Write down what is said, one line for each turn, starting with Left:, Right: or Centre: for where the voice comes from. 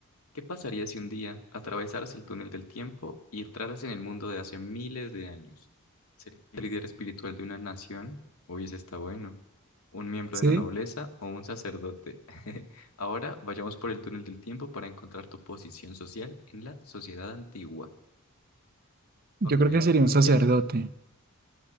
Left: ¿Qué pasaría si un día atravesaras el túnel del tiempo y entraras en el mundo de hace miles de años? ¿Serías el líder espiritual de una nación? Uy, ese está bueno. ¿Un miembro
Right: sí,
Left: de la nobleza o un sacerdote? <laughs> Ahora vayamos por el túnel del tiempo para encontrar tu posición social en la sociedad antigua.
Right: yo
Left: Ok,
Right: creo que sería
Left: si
Right: un sacerdote.
Left: quieres